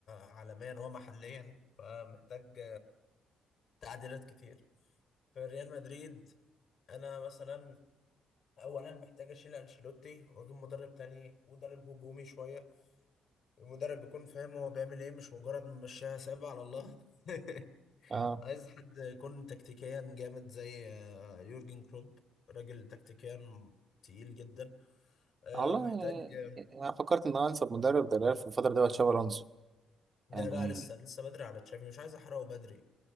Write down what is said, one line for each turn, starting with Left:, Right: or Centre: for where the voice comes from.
Left: عالميا ومحليا فمحتاج تعديلات كتير في ريال مدريد انا مثلا اولا محتاج اشيل انشيلوتي واجيب مدرب تاني مدرب هجومي شويه المدرب يكون فاهم هو بيعمل ايه مش مجرد ممشيها سابع على الله <laughs>
Right: اه
Left: عايز حد يكون تكتيكيا جامد زي آه، يورجن كلوب راجل تكتيكيا تقيل جدا آه،
Right: والله
Left: محتاج آه،
Right: يعني انا فكرت ان انا انسب مدرب ده ريال في الفتره دي هو تشابي الونسو
Left: لا
Right: يعني
Left: لا لسه لسه بدري على تشافي مش عايز احرقه بدري